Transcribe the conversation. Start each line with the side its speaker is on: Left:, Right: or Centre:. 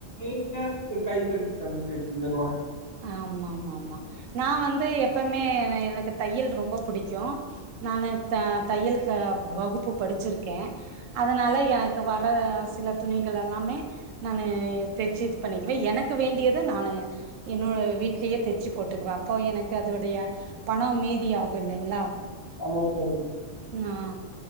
Left: இனக்கு <unintelligible>
Right: ஆமாமாமாமா நா வந்து எப்பமே எனக்கு தையல் ரொம்ப புடிக்கு நானு த தையல் க வகுப்பு படிச்சிருக்கே அதனால எனக் வர சில துணிகள் எல்லாமே நானு தெச்சு இது பண்ணிக்குவே எனக்கு வேண்டியது நானு என்னோட வீட்லயே தெச்சு போட்டுக்குவே அப்போ எனக்கு அதோடைய பண மீதி ஆகு இல்லைங்ளா
Left: ஆமா தோழி
Right: ஆஹ